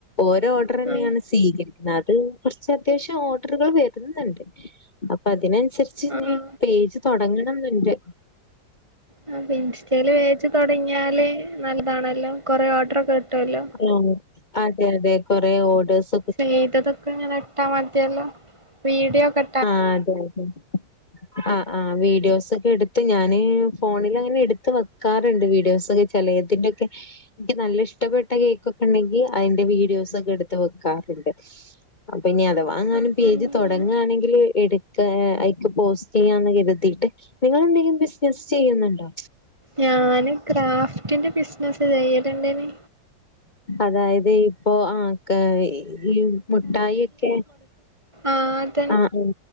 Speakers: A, on the left (about 25°); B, on the right (about 15°).
A: ഓര ഓർഡർ തന്നെയാണ്
B: ഉം
A: സ്വീകരിക്കുന്നത്, അത് കുറച്ച് അത്യാവശ്യം ഓർഡറുകൾ വരുന്നുണ്ട് അപ്പൊ അതിനനുസരിച്ച്
B: ആ
A: ഇനി
B: ആ
A: പേജ് തുടങ്ങണന്നുണ്ട്
B: ആഹ് അപ്പൊ ഇൻസ്റ്റേല് പേജ് തൊടങ്ങിയാല് നല്ലതാണല്ലോ, കൊറേ ഓർഡർ ഒക്കെ കിട്ടുമല്ലോ
A: ആഹ് അതെ അതെ കൊറേ ഓഡേഴ്സ്
B: ചെയ്തതൊക്കെ ഇങ്ങനെ ഇട്ടാ മതില്ലോ, വീഡിയോക്കെ
A: ആഹ് അതെ അതെ ആഹ് ആഹ് വീഡിയോസ് ഒക്കെ എടുത്ത് ഞാന് ഫോണിൽ അങ്ങനെ എടുത്ത് വെക്കാറുണ്ട് വീഡിയോസ് ഒക്കെ ചെലേതിൻ്റെയൊക്കെ എനിക്ക് നല്ല ഇഷ്ടപ്പെട്ട കേക്കൊക്കെ ഉണ്ടെങ്കിൽ അതിന്റെ വീഡിയോസൊക്കെ എടുത്ത് വെക്കാറുണ്ട് അപ്പൊ ഇനി അഥവാ എങ്ങാനും
B: ഉം
A: പേജ്
B: ഉം അങ്ങനെ
A: തുടങ്ങുകയാണെങ്കിൽ ങ്കില് എടുക്ക അതിക്ക് പോസ്റ്റ് ചെയ്യാന്ന് കരുതിട്ട് നിങ്ങള് എന്തെങ്കിലും ബിസിനസ് ചെയ്യുന്നുണ്ടോ
B: ഞാന് ക്രാഫ്റ്റിന്റെ ബിസിനസ്സ് ചെയ്യലുണ്ടേന്
A: അതായത് ഇപ്പോ ആഹ് ഈ മുഠായി ഒക്കെ
B: ആര്
A: ആഹ് ഉം